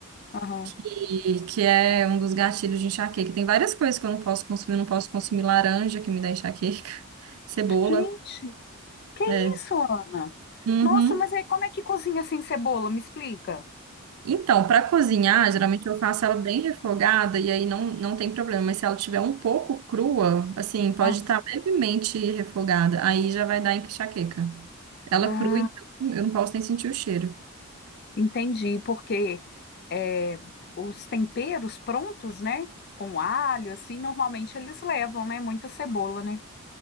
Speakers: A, on the left; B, on the right.
A: aham.
B: E que é um dos gatilhos de enxaqueca. Tem várias coisas que eu não posso consumir, não posso consumir laranja que me dá enxaqueca, <laughs> cebola,
A: Gente, que
B: é.
A: isso, Ana?
B: Uhum.
A: Nossa, mas aí como é que cozinha sem cebola? Me explica.
B: Então, para cozinhar, geralmente eu faço ela bem refogada e aí não, não tem problema. Mas se ela tiver um pouco crua, assim, pode
A: Ah,
B: estar levemente refogada, aí já vai dar enxaqueca. Ela
A: ah,
B: é crua, então eu não posso nem sentir o cheiro.
A: entendi, porque é, os temperos prontos, né? Com alho, assim, normalmente eles levam, né? Muita cebola, né?